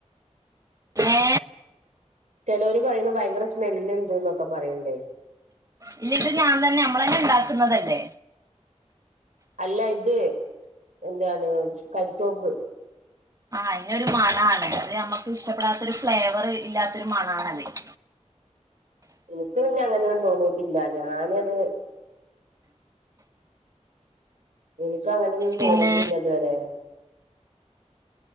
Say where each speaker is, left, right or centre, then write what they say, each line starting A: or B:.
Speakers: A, on the right; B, on the right.
A: ഏ
B: ചേലോല് പറീണു ഭയങ്കര സ്മെല്ല്ണ്ട് ന്നൊക്കെ പറയിണ്ടേയ്
A: ഇല്ല ഇത് ഞാൻ തന്നെ അമ്മളന്നെ ഇണ്ടാക്കുന്നല്ലേ.
B: അല്ല ഇത് എന്താണ് കരിസോപ്പ്
A: ആഹ് അയിനൊരു മണാണ് അത് ഞമ്മക്ക് ഇഷ്ടപ്പെടാത്തൊരു ഫ്ലേവർ ഇല്ലാത്തൊരു മണാണതെയ്‌
B: ഇനിക്ക് പിന്നെ അങ്ങനെന്നും തോന്നിയിട്ടില്ല ഞാനത് എനിക്കങ്ങനൊന്നും തോന്നിട്ടില്ല
A: പിന്നെ
B: ഇതുവരെ